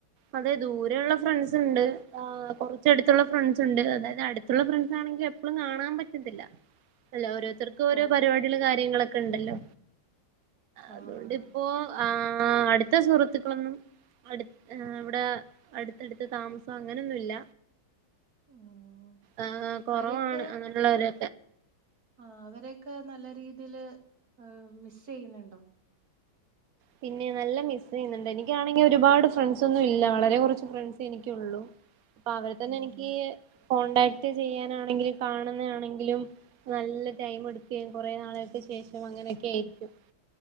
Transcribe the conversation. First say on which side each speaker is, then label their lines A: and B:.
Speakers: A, on the right (about 65°); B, on the right (about 50°).
A: അതെ ദൂര ഉള്ള ഫ്രണ്ട്സ് ഉണ്ട് ആ കുറച്ചടുത്തുള്ള ഫ്രണ്ട്സ് ഉണ്ട് അതായത് അടുത്തുള്ള ഫ്രണ്ട്സ് ആണെങ്കിൽ എപ്പോഴും കാണാൻ പറ്റത്തില്ല അല്ല ഓരോ രുത്തർക്ക് ഓരോ
B: ഓ
A: പരിപാടിയുള്ള കാര്യങ്ങള് ക്ക്ണ്ടല്ലോ
B: ആ
A: അതുകൊണ്ട്
B: ആ
A: ഇപ്പോ ആ ആ അടുത്ത സുഹൃത്തുക്കളൊന്നും അടു ഏ ഇവിടെ അടുത്തടുത്ത താമസം അങ്ങനെൊന്നുംല്ല
B: ഉം
A: ആ കുറവാണ്
B: അവരൊക്കെ
A: അങ്ങനുള്ളവര്
B: ആ അവരൊക്കെ നല്ല രീതീല് മിസ് ചെയ്യുന്നുണ്ടോ
A: പിന്നെ നല്ല മിസ്സ് ചെയ്യുന്നുണ്ട് എനിക്കാണെങ്കി ഒരുപാട് ഫ്രണ്ട്സ് ഒന്നും ഇല്ല വളരെ കുറച്ച് ഫ്രണ്ട്സ് എനിക്കുള്ളു അപ്പൊ അവര് തന്നെ
B: ഉം
A: എനിക്ക്
B: ഉം
A: കോൺടാക്ട് ചെയ്യാനാണെങ്കിലും കാണുന്നെയാണെങ്കിലും നല്ല ടൈം എടുക്കുകയും കുറെേ നാളുകൾക്ക് ശേഷം അങ്ങനെയൊക്കെ ആയിരിക്കും.